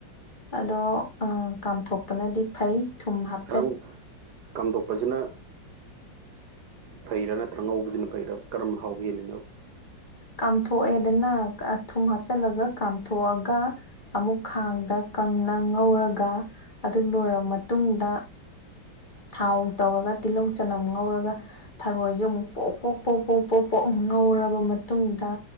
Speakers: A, on the left; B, on the right.
A: ꯑꯗꯣ ꯀꯥꯝꯊꯣꯛꯄꯅꯗꯤ ꯐꯩ ꯊꯨꯝ ꯍꯥꯞ
B: ꯈꯔꯃꯨꯛ ꯀꯥꯝꯗꯣꯛꯄꯁꯤꯅ ꯐꯩꯔꯥ ꯅꯠꯇ꯭ꯔ ꯑꯉꯧꯕꯁꯤꯅ ꯐꯩꯔꯥ ꯀꯔꯝꯅ ꯍꯥꯎꯕ ꯍꯦꯜꯂꯤꯅꯣ
A: ꯀꯥꯝꯊꯣꯛꯑꯦꯗꯅ ꯊꯨꯝ ꯍꯥꯞꯆꯤꯜꯂꯒ ꯀꯥꯝꯊꯣꯛꯑꯒ ꯑꯃꯨꯛ ꯈꯥꯡꯗ ꯀꯪꯅ ꯉꯧꯔꯒ ꯑꯗꯨꯝ ꯂꯣꯏꯔꯕ ꯃꯇꯨꯡꯗ ꯊꯥꯎ ꯇꯧꯔꯒ ꯇꯤꯜꯍꯧ ꯆꯅꯝ ꯉꯧꯔꯒ ꯊꯔꯣꯏꯁꯦ ꯑꯃꯨꯛ ꯄꯣꯛ ꯄꯣꯛ ꯄꯣꯛ ꯄꯣꯛ ꯄꯣꯛ ꯄꯣꯛ ꯉꯧꯔꯕ ꯃꯇꯨꯡꯗ